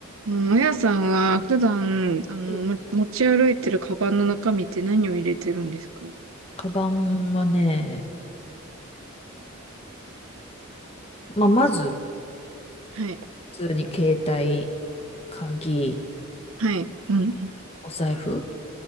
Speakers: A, on the right; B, on the left.
A: うんあやさんは普段、あの、
B: うん。
A: も持ち歩いてるカバンの中身って何を入れてるんですか
B: カバンはね、まあ、まず、
A: はい。
B: 普通に携帯、鍵、
A: はい。うん。うん
B: お財布。